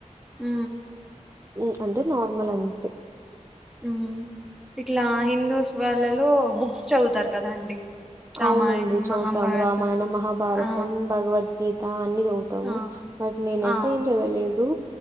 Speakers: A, in the centre; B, on the right.
A: ఊ
B: ఊ అంతే నార్మల్ అంతే
A: ఊ ఇట్లా హిందూస్ వాళ్ళలో బుక్స్ చదువుతారు కదా అండి రామాయణం
B: అవునండి చదువుతాము
A: మహాభారతం
B: రామాయణం మహాభారతం
A: ఆ
B: భగవద్గీత అన్ని చదువుతాము
A: ఆ
B: బట్ నేనైతే
A: ఆ
B: ఏం చదవలెదు